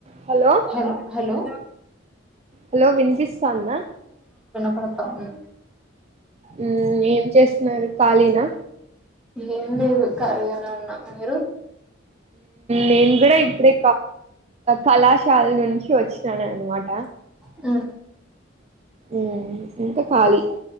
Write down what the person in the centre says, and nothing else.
హ హలో
పడతంది
ఏం లేదు ఖలిగానే ఉన్నా మీరు
ఆ